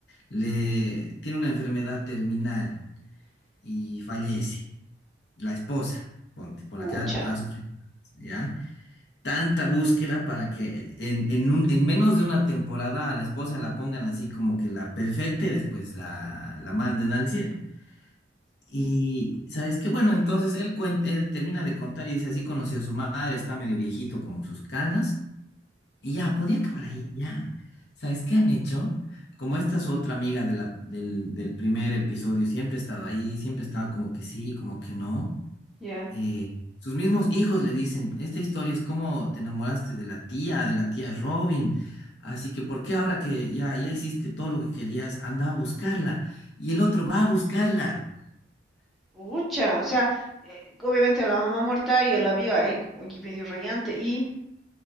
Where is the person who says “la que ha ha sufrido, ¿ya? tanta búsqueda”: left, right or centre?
Left